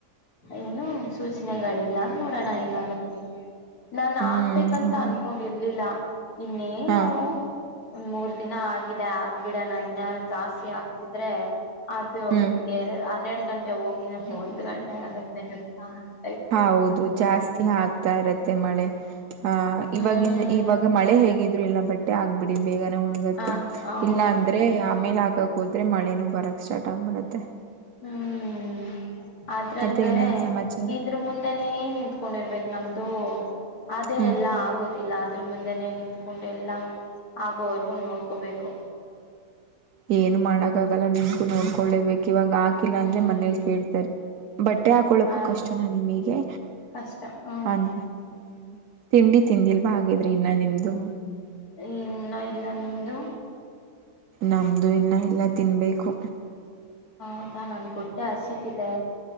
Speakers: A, on the left; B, on the right.
A: ಏನು ಸೂಚನೆಗಳಿಲ್ಲ ನೋಡೋಣ ಏನಾಗತ್ತ ಅಂತ ನಾನು
B: ಹ್ಮ್
A: ಆಗ್ಬೇಕಂತ ಅಂದ್ಕೊಂಡಿರ್ಲಿಲ್ಲ ಇನ್ನೇನು
B: ಹಾ
A: ಒಂದ್ ಮೂರ್ ದಿನ ಆಗಿದೆ ಆಗ್ಬಿಡೋಣ ಇನ್ನ ಜಾಸ್ತಿ ಆಗ್ತಿದ್ರೆ ಅದು
B: ಹ್ಮ್
A: ಅನ್ನೆಡು ಗಂಟೆ ಹೋಗಿ ನಮ ಒಂದು ಗಂಟೆ ಆಗತ್ತೆ ಕೆಲ್ಸ
B: ಹೌದು ಜಾಸ್ತಿ ಆಕ್ ತ ಇರುತ್ತೆ ಮಳೆ ಹ
A: ಹ್ಮ್
B: ಇವವಾಗಿನ್ ಇವಾಗ ಮಳೆ ಹೇಗಿದೆ ಇದ ಎಲ್ಲ ಬಟ್ಟೆ ಆಗ್ಬಿಡಿ ಬೇಗನೆ ಒಣಗತ್ತೆ
A: ಹ ಹೌದು
B: ಇಲ್ಲ ಅಂದ್ರೆ
A: ಹ್ಮ್
B: ಆಮೇಲೆ ಹಾಕಕ್ ಹೋದ್ ಆದ್ರೆ ಮಳೆನೂ ಬರಕ್ ಸ್ಟಾರ್ಟ್ ಆಗ್ಬಿಡುತ್ತೆ
A: ಹ್ಮ ಅದ್ರಲ್ಲಿ
B: ಮತ್ತೆ
A: ಬೇರೆ
B: ಇನ್ನೇನ್ ಸಮಾಚಾರ
A: ಇದ್ರ ಮುಂದೆನೇ ನಿಂತ್ಕೊಂಡಿರ್ಬೇಕಕ್ ನಮ್ದು ಅದೇ
B: ಹ್ಮ್
A: ಎಲ್ಲ ಆಗೋದಿಲ್ಲ ಅ ಮುಂದೆನೆೇ ನಿಂತ್ಕೊಂಡು ಎಲ್ಲಾ ಆಗೋವರ್ಗು ನೋಡ್ಕೋಬೇಕು
B: ಏನು ಮಾಡಕ್ಕ ಆಗಲ್ಲ ನಿಮಗು ನೋಡ್ಕೊಳ್ಳೇಬೇಕು ಇವಾಗ ಹಾಕಿಲ್ಲ
A: ಹ್ಮ್
B: ಅಂದ್ರೆ ಮನೇಲಿ
A: ಹ್ಮ್
B: ಕೇಳ್ತಾರೆ ಬಟ್ಟೆ ಹಾಕಳಕ್ಕೂ
A: ಅದು
B: ಕಷ್ಟನ ನಿಮಗೆ
A: ಕಷ್ಟ ಹ್ಮ್
B: ಅಂತ ಹ್ಮ ತಿಂಡಿ ತಿಂಡಿಲ್ವ ಹಾಗಿದ್ರಿ ಇನ್ನ ನಿಮ್ದು
A: ಇನ್ನೂ ಇಲ್ಲ ನಿಮ್ದು
B: ನಮ್ದು ಇನ್ನ ಇಲ್ಲ ತಿನ್ಬೇಕು
A: ಹದಾ ನನ್ ಹೊಟ್ಟೆ ಹಸಿತಿದ್ದ